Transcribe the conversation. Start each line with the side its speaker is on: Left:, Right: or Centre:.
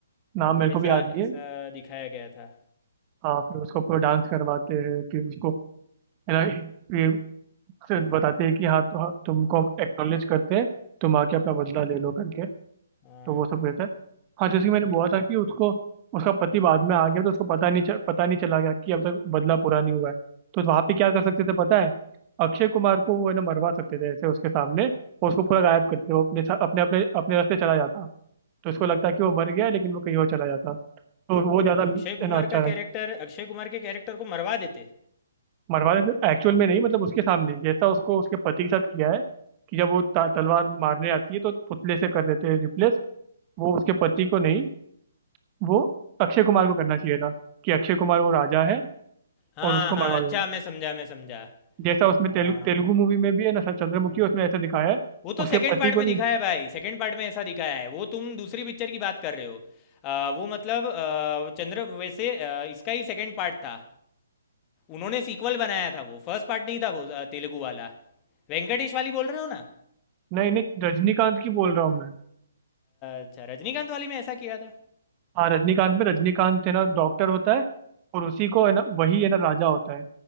Right: नाम मेरे को
Left: ऐसा
Right: भी याद
Left: ऐसा
Right: नहीं है
Left: दिखाया गया था
Right: हाँ फिर उसको पूरा डांस करवाते हैं फिर उसको है ना <laughs> से बताते हैं कि हाँ तो हाँ, तुमको हम एक्नॉलेज करते हैं तुम आके अपना बदला ले लो करके
Left: हाँ
Right: तो वो
Left: हाँ
Right: सब रहता है हाँ जैसे कि मैंने बोला था कि उसको उसका पति बाद में आ गया तो उसको पता नहीं च- पता नहीं चला गया कि अब तक बदला पूरा नहीं हुआ है तो वहाँ पे क्या कर सकते थे पता है अक्षय कुमार को वो है ना मरवा सकते थे ऐसे उसके सामने और उसको पूरा गायब करते वो अपने सा- अपने अपने अपने रास्ते चला जाता तो उसको लगता कि वो मर गया है, लेकिन वो कहीं और चला जाता तो वो
Left: मतलब
Right: ज़्यादा
Left: अक्षय कुमार
Right: है ना अच्छा
Left: का कैरेक्टर अक्षय कुमार के कैरेक्टर को मरवा देते
Right: मरवाने एक्चुअल में नहीं मतलब उसके सामने जैसा उसको उसके पति के साथ किया है कि जब वो ता- तलवार मारने आती है तो पुतले से कर देते हैं रिप्लेस वो उसके पति को नहीं वो अक्षय कुमार को करना चाहिए था कि अक्षय कुमार वो राजा है
Left: हाँ
Right: और उसको
Left: हाँ
Right: मरवा
Left: अच्छा
Right: देना
Left: मैं समझा मैं समझा
Right: जैसा उसमें
Left: हाँ
Right: तेलु, तेलुगु मूवी में भी है ना चंद्रमुखी
Left: हाँ।
Right: उसमें ऐसा दिखाया है
Left: वो तो सेकंड
Right: उसके पति
Left: पार्ट
Right: को
Left: में
Right: नहीं
Left: दिखाया है भाई सेकंड पार्ट में ऐसा दिखाया है वो तुम दूसरी पिक्चर की बात कर रहे हो आ, वो मतलब आ, चंद्र वैसे आ, इसका ही सेकंड पार्ट था उन्होंने सीक्वल बनाया था वो फर्स्ट पार्ट नहीं था वो आ, तेलुगु वाला वेंकटेश वाली बोल रहे हो ना
Right: नहीं नहीं रजनीकांत की बोल रहा हूँ मैं
Left: अच्छा रजनीकांत वाली में ऐसा किया था
Right: हाँ रजनीकांत में रजनीकांत है ना डॉक्टर होता है और उसी को है ना वही है ना राजा होता है